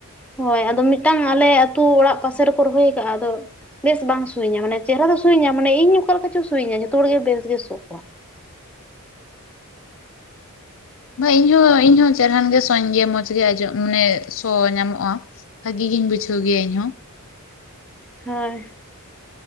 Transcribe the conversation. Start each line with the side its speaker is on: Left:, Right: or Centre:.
Centre: ᱦᱳᱭ ᱟᱫᱚ ᱢᱤᱫᱴᱟᱝ ᱟᱞᱮ ᱟᱹᱛᱩ ᱚᱲᱟᱜ ᱯᱟᱥᱮ ᱨᱮᱠᱚ ᱨᱚᱦᱚᱭ ᱠᱟᱜ-ᱟ ᱟᱫᱚ ᱵᱮᱥ ᱵᱟᱝ ᱥᱩᱭᱤᱧᱟ ᱢᱟᱱᱮ ᱪᱮᱦᱨᱟ ᱫᱚ ᱥᱩᱭᱤᱧᱟ ᱢᱟᱱᱮ ᱤᱧ ᱚᱠᱟ ᱞᱮᱠᱟ ᱪᱚ ᱥᱩᱭᱤᱧᱟ ᱡᱚᱛᱚ ᱦᱚᱲ ᱜᱮ ᱵᱮᱥ ᱜᱮ ᱥᱚ ᱠᱚᱣᱟ
Left: ᱤᱧ ᱦᱚᱸ ᱤᱧ ᱦᱚᱸ ᱪᱮᱨᱦᱟᱱ ᱜᱮ ᱥᱚᱭᱮᱧ ᱜᱮ ᱢᱚᱡᱽ ᱜᱮ--ᱢᱟᱱᱮ ᱥᱚ ᱧᱟᱢᱚᱜᱼᱟ ᱵᱷᱟᱹᱜᱤ ᱜᱤᱧ ᱵᱩᱡᱷᱟᱹᱣ ᱜᱮᱭᱟ ᱤᱧᱦᱚᱸ
Centre: ᱦᱳᱭ